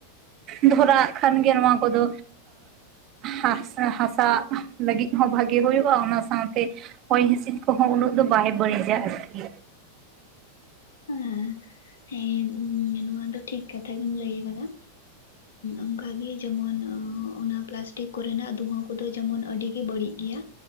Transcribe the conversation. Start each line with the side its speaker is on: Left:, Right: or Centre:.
Right: ᱫᱷᱚᱨᱟᱜ ᱠᱷᱟᱱᱜᱮᱭᱟ ᱱᱚᱣᱟ ᱠᱚᱫᱚ ᱦᱟᱥ ᱦᱟᱥᱟ ᱞᱟᱹᱜᱤᱫ ᱦᱚᱸ ᱵᱷᱟᱜᱤ ᱦᱩᱭᱩᱜᱼᱟ, ᱚᱱᱟ ᱥᱟᱶᱛᱮ ᱦᱚᱭ ᱦᱤᱸᱥᱤᱫ ᱠᱚᱦᱚᱸ ᱩᱱᱟᱹᱜ ᱫᱚ ᱵᱟᱭ ᱵᱟᱹᱲᱤᱡᱟ ᱟᱨᱠᱤ᱾
Left: ᱮᱸ, ᱦᱮᱸ ᱱᱚᱣᱟ ᱫᱚ ᱴᱷᱤᱠ ᱠᱟᱛᱷᱟ ᱜᱮᱢ ᱞᱟᱹᱭ ᱟᱠᱟᱫᱟ᱾ ᱚᱝᱠᱟᱜᱮ ᱡᱮᱢᱚᱱ ᱚᱱᱟ ᱯᱞᱟᱥᱴᱤᱠ ᱠᱚᱨᱮᱱᱟᱜ ᱫᱩᱸᱦᱟᱹ ᱠᱚᱫᱚ ᱡᱮᱢᱚᱱ ᱟᱹᱰᱤ ᱜᱮ ᱵᱟᱹᱲᱤᱡ ᱜᱮᱭᱟ᱾